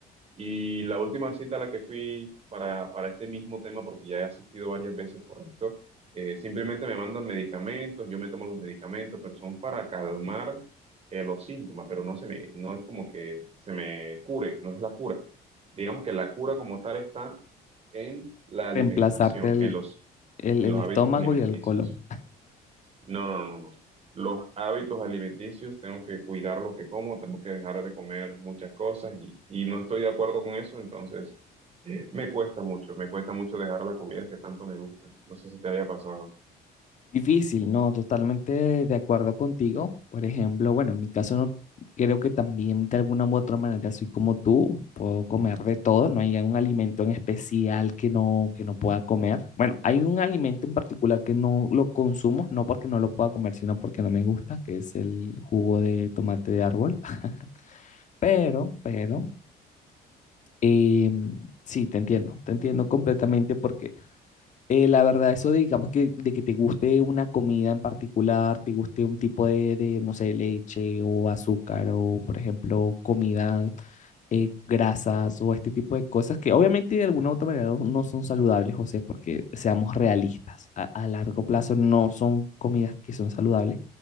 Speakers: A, on the right (about 35°); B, on the left (about 45°).
A: Y la última cita a la que fui para, para este mismo tema, porque ya he asistido varias veces por esto, eh, simplemente me mandan medicamentos, yo me tomo los medicamentos, pero son para calmar eh, los síntomas, pero no se me, no es como que se me cure, no es la cura. Digamos que la cura como tal está en la alimentación,
B: Reemplazarte el,
A: en los,
B: el,
A: en
B: el
A: los
B: estómago
A: hábitos alimenticios.
B: y el colon.
A: No, no, no, no. Los hábitos alimenticios, tengo que cuidar lo que como, tengo que dejar de comer muchas cosas y, y no estoy de acuerdo con eso, entonces eh, me cuesta mucho, me cuesta mucho dejar la comida que tanto me gusta. No sé si te haya pasado.
B: Difícil, no, totalmente de acuerdo contigo. Por ejemplo, bueno, en mi caso no creo que también de alguna u otra manera soy como tú, puedo comer de todo, no hay un alimento en especial que no que no pueda comer. Bueno, hay un alimento en particular que no lo consumo, no porque no lo pueda comer, sino porque no me gusta, que es el jugo de tomate de árbol. <laughs> Pero, pero em, sí, te entiendo, te entiendo completamente porque eh, la verdad, eso de, digamos que de que te guste una comida en particular, te guste un tipo de, de, no sé, leche o azúcar o, por ejemplo, comida, eh, grasas o este tipo de cosas que obviamente de alguna u otra manera no no son saludables, José, porque seamos realistas, a, a largo plazo no son comidas que son saludables,